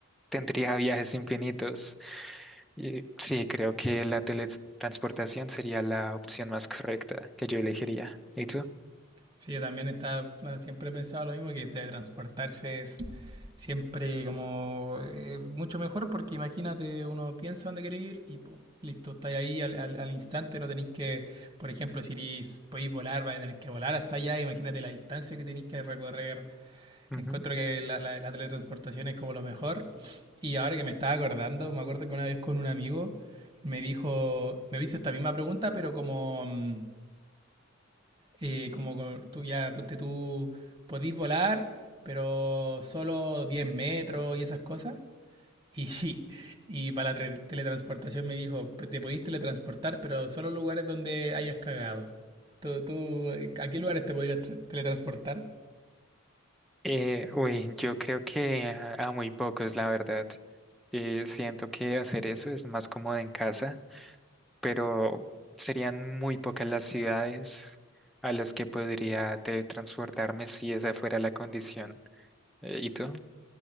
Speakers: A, in the centre; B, on the right.
A: tendría <laughs> viajes infinitos. Y sí, creo que la teletransportación sería la opción más correcta que yo elegiría. ¿Y tú?
B: Sí, yo también estaba, siempre he pensado lo mismo, que teletransportarse es siempre como eh, mucho mejor porque imagínate, uno piensa dónde quiere ir y pum, listo, estáis ahí al, al- al instante, no tenéis que, por ejemplo, si irís- podéis volar, vais a tener que volar hasta allá, imagínate la distancia que tenéis que recorrer
A: Ujú.
B: Encuentro que la, la, la teletransportación es como lo mejor. Y ahora que me estaba acordando, me acuerdo que una vez con un amigo me dijo, me hizo esta misma pregunta, pero como, mm, eh, como con- tú ya, ponte tú, podís volar, pero solo 10 metros y esas cosas. Y, <laughs> y para la tre- teletransportación me dijo, "Pues te podís teletransportar, pero solo lugares donde hayas cagado. ¿Tú, tú, eh, a qué lugares te podrías tra- teletransportar?
A: Eh, uy, yo creo que a, a muy pocos, la verdad. Eh, siento que hacer eso es más cómodo en casa, pero serían muy pocas las ciudades a las que podría teletransportarme si esa fuera la condición. Eh, ¿y tú?